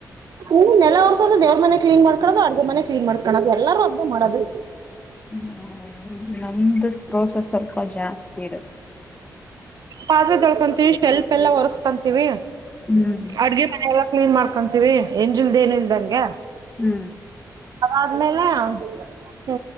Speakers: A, on the right; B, on the left.
A: ಹ್ ನೆಲ ಒರ್ಸೋದ ದೇವ್ರು ಮನೆ ಕ್ಲನ್ ಮಾಡಕೋದು ಅಗೆ ಮನೆ ಕ್ಲೀನ್ ಮಾಡ್ಕೋದು ಎಲ್ಲಾರರು ಅದ್ದ ಮಾಡದ್ರ
B: ಹ್ಮ ನಮ್ದು ಪ್ರೋಸೆಸ್ ಸ್ವಲ್ಪ ಜಾಸ್ತಿ ಇರುತ್ತೆ
A: ಪಾತ್ರೆ ತೊಳ್ಕೊಂತೀವಿ ಶೆಲ್ಪ್ ಎಲ್ಲಾ ಒರೆರ್ಸ್ಕಂತೀವಿ
B: ಹ್ಮ್.
A: ಅಡ್ಗೆ ಮನೆಲ್ಲಾ ಕ್ಲೀನ್ ಮಾಡ್ಕೊಂತೀವಿ ಎಂಜಿಲ್ದ ಏನು ಇಲ್ದಂಗೆ
B: ಹ್ಮ್
A: ಅದ್ಮೇಲೆ ಹ್ಮ್